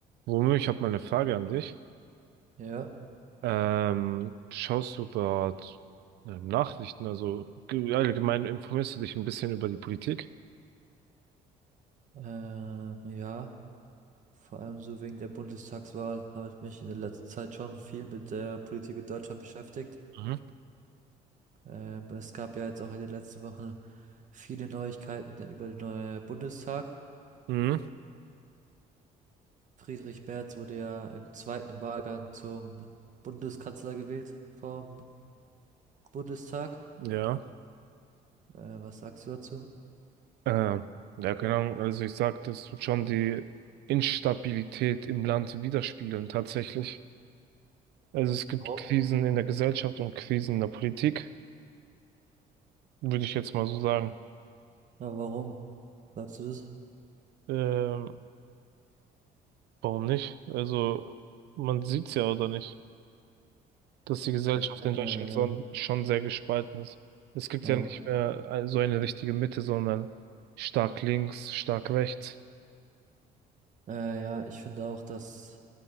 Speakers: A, on the right (about 75°); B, on the right (about 50°).
A: Romeo, ich habe mal eine Frage an dich.
B: Ja,
A: Ähm, schaust du dort ähm, Nachrichten, also ge- allgemein informierst du dich ein bisschen über die Politik?
B: äh, ja, vor allem so wegen der Bundestagswahl habe ich mich in der letzten Zeit schon viel mit der Politik in Deutschland beschäftigt.
A: Mhm.
B: Ähm, es gab ja jetzt auch in den letzten Wochen viele Neuigkeiten über den neuen Bundestag.
A: Mhm.
B: Friedrich Merz wurde ja im zweiten Wahlgang zum Bundeskanzler gewählt vom Bundestag.
A: Ja.
B: Äh, was sagst du dazu?
A: Ähm, ja, genau. Also ich sag, das wird schon die Instabilität im Land widerspiegeln, tatsächlich. Also es gibt
B: Warum?
A: Krisen in der Gesellschaft und Krisen in der Politik, würde ich jetzt mal so sagen.
B: Ja, warum sagst du das?
A: Ähm, warum nicht? Also man sieht's ja, oder nicht? dass die Gesellschaft
B: Ja, ich finde,
A: in Deutschland so,
B: ähm,
A: schon sehr gespalten ist. Es gibt
B: ja,
A: ja nicht mehr äh, so eine richtige Mitte, sondern stark links, stark rechts.
B: Äh, ja, ich finde auch, dass